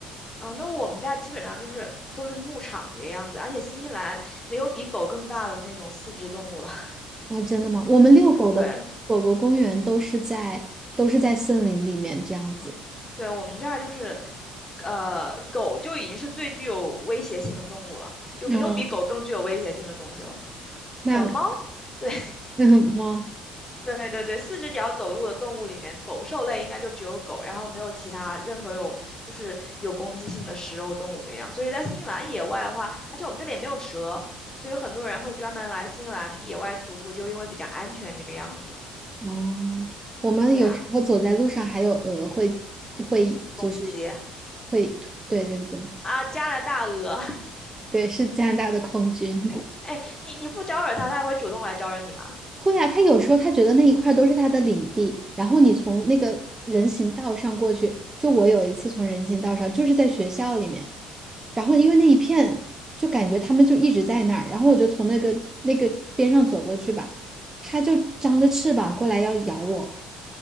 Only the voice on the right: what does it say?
哦，真的吗？我们遛狗的狗狗公园都是在都是在森林里面这样子。
哦，那
<laughs>
那嗯吗？
哦，我们有时候走在路上，
还有鹅会会就是
会，对对对
对，是加拿大的空军。
会啊，他有时候他觉得那一块儿都是他的领地，然后你从那个人行道上过去，就我有一次从人行道上，就是在学校里面，然后因为那一片就感觉他们就一直在那儿，然后我就从那个那个边上走过去吧，他就张着翅膀过来要咬我。